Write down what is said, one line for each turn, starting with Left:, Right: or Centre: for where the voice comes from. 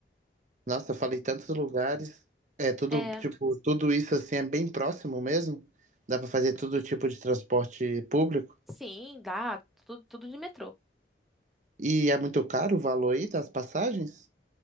Right: Nossa, eu falei tantos lugares. É tudo,
Centre: É,
Right: tipo, tudo isso assim é bem próximo mesmo? Dá para fazer todo tipo de transporte público?
Centre: sim, dá, tudo, tudo de metrô.
Right: E é muito caro o valor aí das passagens?